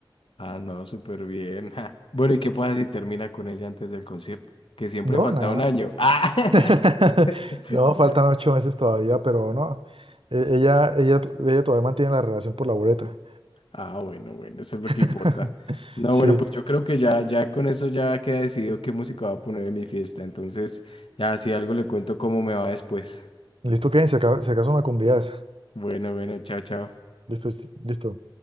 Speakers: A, on the left (about 80°); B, on the right (about 85°).
A: Ah, no, súper bien. ja. Bueno, ¿y qué pasa si termina con ella antes del concierto? Que siempre
B: No,
A: falta
B: nada.
A: un año. Ah,
B: <laughs>
A: <laughs>
B: No, faltan ocho meses todavía, pero no. E- Ella, ella, ella todavía mantiene la relación por la boleta.
A: ah, bueno, bueno, eso es lo
B: <laughs>
A: que importa. No, bueno, pues
B: Sí.
A: yo creo que ya, ya con eso ya queda decidido qué música va a poner en mi fiesta. Entonces, ya si algo le cuento cómo me va después.
B: Listo, Kevin, si aca- si acaso me convidas.
A: Bueno, bueno, chao, chao.
B: Listo, listo.